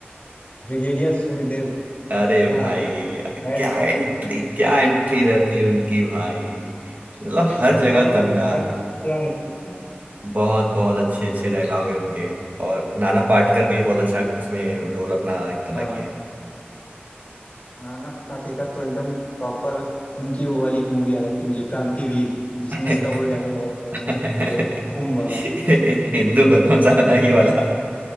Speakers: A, on the left; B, on the right.
A: ब्रिगेडियर सूर्यदेव
B: अरे
A: क्या
B: भाई
A: बात है, हेड्स
B: क्या एंट्री
A: अप
B: क्या एंट्री रहती है उनकी भाई मतलब
A: के
B: हर
A: डायलॉग
B: जगह दमदार
A: भी तो बन क्या है ना
B: बहुत बहुत अच्छे अच्छे डायलॉग है उनके और नाना पाटेकर भी बहुत अच्छा उसमें रोल अपना अदा
A: हाँ
B: किया
A: नाना पाटेकर तो एकदम प्रॉपर उनकी वो वाली मूवी आ जाती है मुझे क्रांतिवीर जिसमें उनका
B: है
A: वो डायलॉग बहुत फेमस
B: <laughs>
A: है ये खून वाला
B: <laughs> हिंदू का कौन सा गाना ये वाला